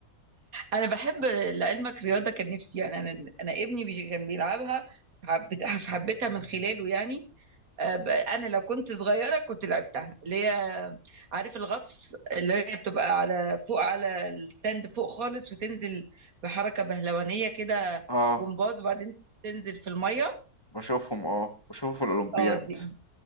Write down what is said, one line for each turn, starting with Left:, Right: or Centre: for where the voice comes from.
Right: انا بحب لعلمك رياضه كان نفسي يعني انا انا ابني بيجي- كان بيلعبها حبيت- حبيتها من خلاله يعني آه، ب- انا لو كنت صغيره كنت لعبتها اللي هي عارف الغطس اللي هي بتبقى على فوق على الستاند فوق خالص وتنزل بحركه بهلوانيه كده
Left: اه
Right: جمباز وبعدين تنزل في الميه
Left: بشوفهم اه بشوفهم في الأولمبياد
Right: اه دي